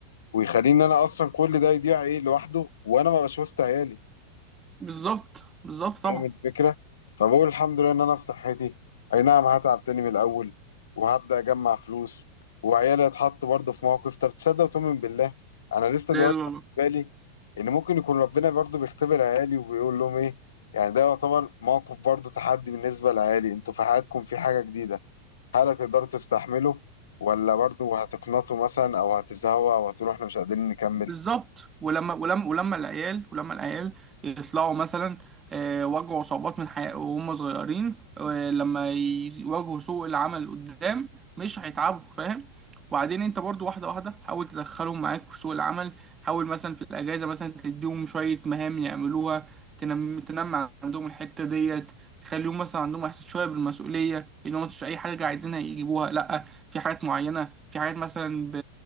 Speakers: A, on the left (about 85°); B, on the right (about 20°).
A: ويخليني انا اصلا كل ده يضيع ايه لوحده وانا ما بشوفش عيالي
B: بالظبط بالظبط طبعا
A: فاهم الفكرة فبقول الحمد لله إن أنا في صحتي أي نعم هتعب تاني من الأول وهبدأ أجمع فلوس وعيالي هيتحطوا برضه في موقف طب تصدق وتؤمن بالله أنا لسه
B: لا
A: دلوقتي
B: لا
A: في
B: لا.
A: بالي إن ممكن يكون ربنا برضه بيختبر عيالي وبيقول لهم إيه يعني ده يعتبر موقف برضه تحدي بالنسبة لعيالي أنتوا في حياتكم في حاجة جديدة هل هتقدروا تستحملوا ولا برضه هتقنطوا مثلا أو هتزهقوا أو هتقولوا إحنا مش قادرين نكمل
B: بالظبط ولما ولما ولما العيال ولما العيال يطلعوا مثلا آه، واجهوا صعوبات من حياة وهم صغيرين آه، لما يواجهوا سوق العمل قدام مش هيتعبوا فاهم وبعدين انت برضو واحدة واحدة حاول تدخلهم معاك في سوق العمل حاول مثلا في الأجازة مثلا تديهم شوية مهام يعملوها تنم تنمي عندهم الحتة ديت تخليهم مثلا عندهم إحساس شوية بالمسؤولية إن هم مش أي حاجة عايزينها يجيبوها لأ في حاجات معينة في حاجات مثلا ب...